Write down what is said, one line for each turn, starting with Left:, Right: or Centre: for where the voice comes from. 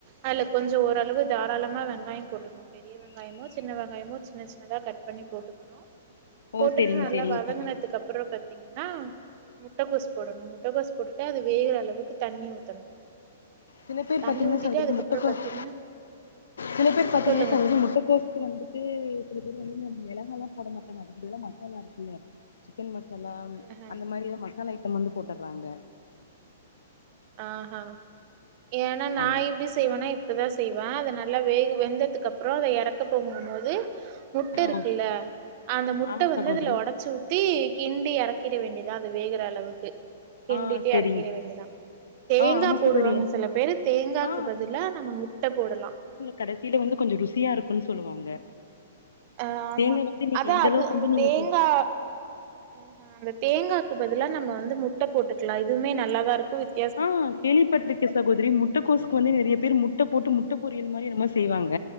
Right: அதுல கொஞ்சோ ஓரளவு தாராளமா வெங்காய போட்டுக்கனு பெரிய வெங் காயமோ சின்ன வெங்காயமோ சின்ன சின்னதா கட் பண்ணி போட்டுக்கணு
Left: ஓ
Right: போட்டுறு
Left: செரிங்க
Right: நல்லா
Left: செரிங்க
Right: வதங்குனதுக்கு
Left: சகோதரி
Right: அப்பறோ பாத்தீங்கன்னா முட்டைக்கோசு போடணு முட்டைக்கோசு போட்டுட்டு அது வேகிற அளவுக்கு தண்ணி ஊத்தணு
Left: சில பேர்
Right: தண்ணி
Left: பாத்தீங்கன்னா
Right: ஊத்திட்டு
Left: சகோதரி
Right: அதுக்கப்புறோ
Left: முட்டகோஸ்
Right: பாத்தீங்கன்னா
Left: சில பேர் பாத்தீங்கன்னா
Right: சொல்லுங்க
Left: சகோதரி முட்ட கோஸ்க்கு வந்துட்டு சில பேர் வந்து மெளகாயல்லா போட மாட்டாங்க அதுக்குப்பதிலா மசாலா இருக்குல்ல சிக்கன் மசாலா ம்
Right: ஆஹ
Left: அந்த மாதிரிதா மசாலா ஐட்டம் வந்து போட்டுடுறாங்க
Right: ஆ ஹா ஏனா நா
Left: அது
Right: எப்டி செய்வேன்னா இப் டி தா செய்வே அத நல்லா வேக வெந்ததுக்கு அப்பறோ அத எறக்க போகுங்க மோது முட்ட
Left: ஆ
Right: இருக்குல்ல அந்த முட்ட
Left: ஆமா
Right: வந்து
Left: சகோதரி
Right: அதுல ஒடச்சு ஊ த்தி கிண்டி எறக்கிட வேண்டிதா அது வேகிற அளவுக்கு கிண்டிட்டே
Left: ஆ செரிங்
Right: எறக்கிட வேண்டிதா தேங்கா
Left: ஆ ஆமா
Right: போடுவாங்க
Left: சகோதரி
Right: சில பேரு தேங்காக்கு
Left: ஆ
Right: பதிலா நம்ம முட்ட போடலா
Left: கடைசில வந்து கொஞ்சோ ருசியா இருக்குனு சொல்லுவாங்க
Right: அஹ் ஆமா
Left: தேங்கா வந்து நீங்க
Right: அதா
Left: எந்த
Right: அது
Left: அளவுக்கு
Right: அந்த
Left: வந்து நீங்க
Right: தேங்கா
Left: போட்டு
Right: ஆஹா அந்த தேங்காக்கு பதிலா நம்ம வந்து முட்டை போட்டுக்கலா இதுமே நல்லாதாருக்கு வித்
Left: ஆ கேள்வி பட்ருக்கே சகோதரி முட்டக்கோசுக்கு வந்து நெறைய பேர் முட்ட போட்டு முட்ட பொரியல் மாரி என்னமோ செய்வாங்க